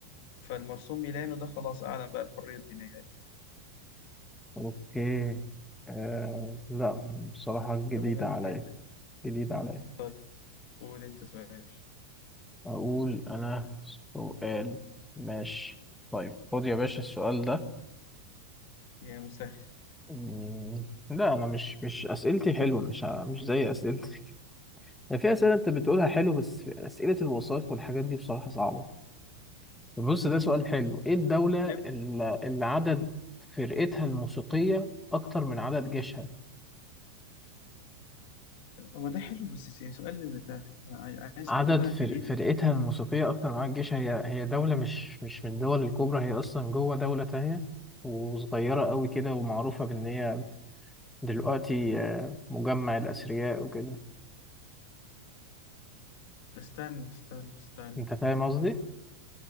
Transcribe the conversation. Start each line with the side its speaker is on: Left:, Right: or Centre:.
Left: فالمرسوم ميلانو ده خلاص أعلن بقى الحرية الدينية يعني
Centre: اوكي آه لا بصراحه جديده
Left: ده مهم
Centre: عليا
Left: جدا
Centre: جديده عليا
Left: طيب قول أنت سؤال
Centre: أقول أنا سؤال ماشي طيب خد يا باشا السؤال ده
Left: يا مسهل
Centre: مم، لا أنا مش مش أسئلتي حلوة مش ع- مش زي أسئلتك يعني في أسئلة أنت بتقولها حلو بس في أسئلة الوثائق والحاجات دي بصراحة صعبة طب بص ده سؤال حلو إيه الدولة
Left: مهم
Centre: اللي اللي عدد فرقتها الموسيقية أكتر من عدد جيشها
Left: هو ده حلو بس يعني سؤال ده إحنا عاي- عايز
Centre: عدد
Left: حد بقى
Centre: فر-
Left: كرييتيف
Centre: فرقتها الموسيقية أكتر من عدد جيشها هي هي دولة مش مش من الدول الكبرى هي أصلا جوه دولة تانية وصغيرة قوي كده ومعروفة بإن هي دلوقتي آه، مجمع الأثرياء وكده
Left: استنى استنى استنى
Centre: أنت فاهم قصدي؟